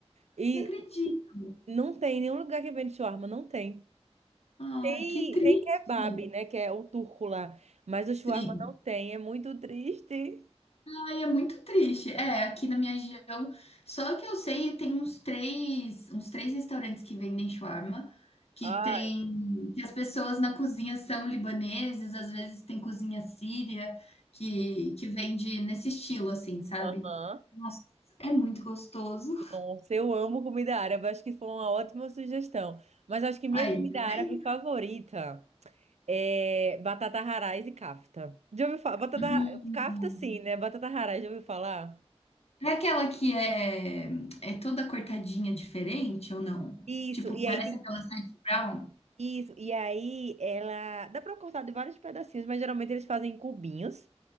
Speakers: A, on the right; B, on the left.
A: E
B: não acredito.
A: não tem nenhum lugar que vende shawarma, não tem.
B: Ai,
A: Tem,
B: que triste.
A: tem kebab, né? Que é o turco lá. Mas o
B: Sim.
A: shawarma não tem, é muito triste.
B: Ai, é muito triste. É, aqui na minha região, só que eu sei, tem uns três, uns três restaurantes que vendem shawarma, que
A: Ai,
B: tem, que as pessoas na cozinha são libaneses, às vezes tem cozinha síria, que, que vende nesse estilo, assim, sabe?
A: aham.
B: Nossa, é muito gostoso.
A: Nossa, eu amo comida árabe, acho que foi uma ótima sugestão. Mas acho que minha
B: Aí,
A: comida
B: tá
A: árabe
B: vendo?
A: favorita é batata haraz e kafta. Já ouviu falar? Batata...
B: Hum.
A: Kafta sim, né? Batata haraz, já ouviu falar?
B: É aquela que é, é toda cortadinha diferente ou não?
A: Isso,
B: Tipo,
A: e
B: parece
A: aí tem
B: aquelas hash brown?
A: Isso, e aí ela. Dá pra cortar de vários pedacinhos, mas geralmente eles fazem em cubinhos.